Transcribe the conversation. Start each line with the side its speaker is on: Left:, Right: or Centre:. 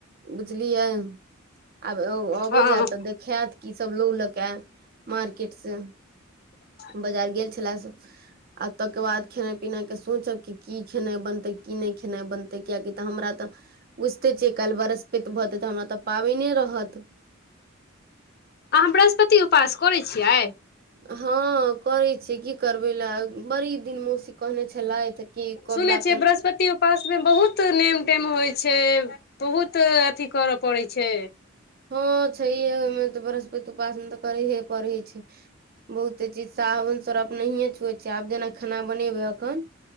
Right: बुझलियै आब अबै
Left: हँ
Right: जायत तऽ देखायत की सब लोग लऽके मार्केटस
Left: ह
Right: बाजार गेल छले से आ तेके बाद खाना पिना के सोचब क की खेनाइ बनते की नहि खेनाइ बनते कियकि तऽ हमरा तऽ बुझते छियै कालहि बरहस्पेति भते तऽ हमरा तऽ पाबिने रहत
Left: अहाँ बृहस्पति उपास करै छियै
Right: हँ करे छीयै की करबे लए बड़ी दिन मौसी कहने छलथि की कबला
Left: सुनै बृहस्पति उपास मे बहुत नेम टेम होइ छै बहुत अथी करऽ पड़ैत छै
Right: हँ छै त बृहस्पति उपास तऽ कर हे परै छै बहुते चीज साबुन सरफ नहिए छुए छ आब जेना खाना बनेबै एखन